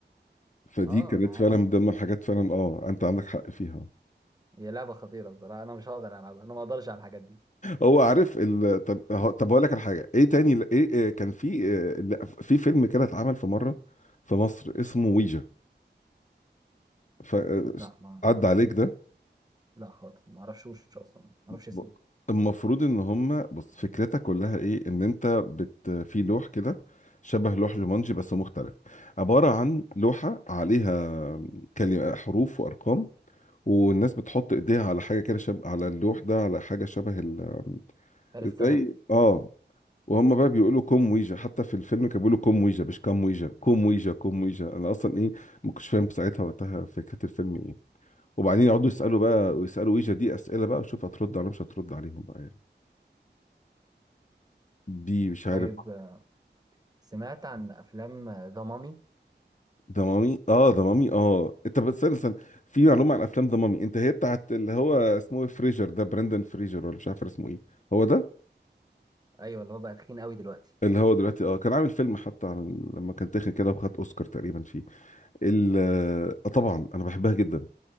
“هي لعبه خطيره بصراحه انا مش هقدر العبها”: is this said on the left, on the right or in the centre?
Right